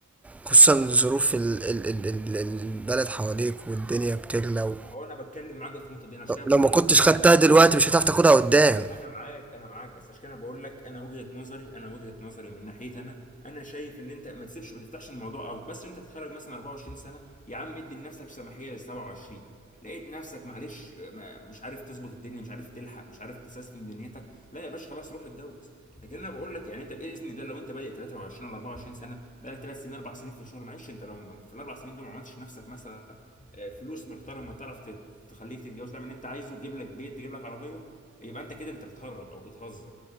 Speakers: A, in the centre; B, on the left (about 25°).
A: خصوصا ظروف ال... ال... ال... ال... البلد حواليك والدنيا بتغلى و...
B: ما هو انا بتكلم معاك بقى في النقطه دي انا عشان كده بقول
A: لو ما كنتش
B: لك
A: خدتها
B: انا
A: دلوقتي مش هتعرف تاخدها قدام
B: انا معاك انا معاك بس عشان كده بقول لك انا وجهة نظري انا وجهة نظري من ناحيتي انا انا شايف ان انت ما تسيبش ما تفتحش الموضوع قوي بس انت تتخرج مثلا 24 سنه يا عم ادي لنفسك سماحيه لل 27 لقيت نفسك معلش ما مش عارف تظبط الدنيا مش عارف تلحق مش عارف تسيستم دنيتك لا يا باشا خلاص روح اتجوز لكن انا بقول لك يعني انت باذن الله لو انت بادئ 23 ولا 24 سنه بقالك 3 سنين 4 سنين في الشغل معلش انت لو ما- في الاربع سنين دول ما عملتش نفسك مثلا آه، فلوس محترمه تعرف ت- تخليك تتجوز تعمل اللي انت عايزه تجيب لك بيت تجيب لك عربيه يبقى انت كده انت بتهرج او بتهزر